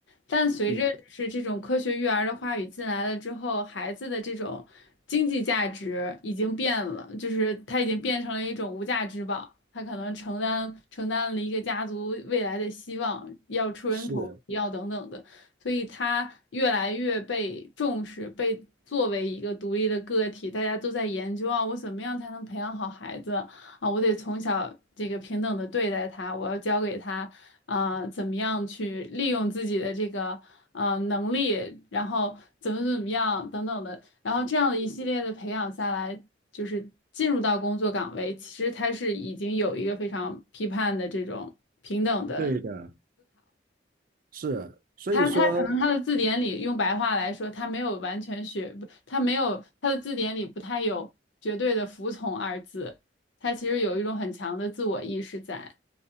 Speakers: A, on the left; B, on the right.
A: 但随着就是这种科学育儿的话语进来了之后，
B: 嗯，
A: 孩子的这种经济价值已经变了，就是他已经变成了一种无价之宝，他可能承担承担了一个家族未来的希望，要出人头地，
B: 是，
A: 要等等的，所以他越来越被重视，被作为一个独立的个体，大家都在研究啊，我怎么样才能培养好孩子啊？我得从小这个平等的对待他，我要教给他。啊，怎么样去利用自己的这个呃能力，然后怎么怎么样等等的，然后这样的一系列的培养下来，就是进入到工作岗位，其实他是已经有一个非常批判的这种平等的。
B: 对的。是，所以说。
A: 他他可能他的字典里用白话来说，他没有完全学，不，他没有他的字典里不太有绝对的服从二字，他其实有一种很强的自我意识在。